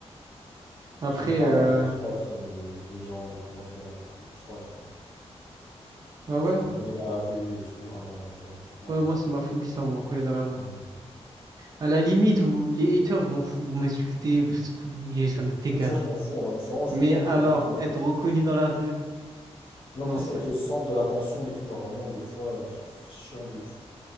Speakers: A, on the right; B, on the left.
A: Après,
B: J'ai pas,
A: euh,
B: je trop la flemme de les gens, les commentaires, les trucs et tout, je trouve la flemme.
A: ah ouais?
B: Ça te reconnaît dans la rue et tout. Ah non, non, flemme, vraiment.
A: Ouais, moi, c'est ma phobie, ça, on me reconnaît dans la rue.
B: Vraiment.
A: À la limite, vous, les haters, je m'en fous, vous m'insultez, vous- ce que vous voulez, ça m'est égal.
B: Oui, ça, je m'en fous, en vrai, mais c'est vraiment juste
A: Mais
B: le truc
A: alors,
B: de reconnaître.
A: être reconnu dans la rue,
B: Et en
A: non,
B: plus,
A: c'est...
B: être le centre de l'attention et tout, genre vraiment, des fois, euh, ch- chiant de ouf.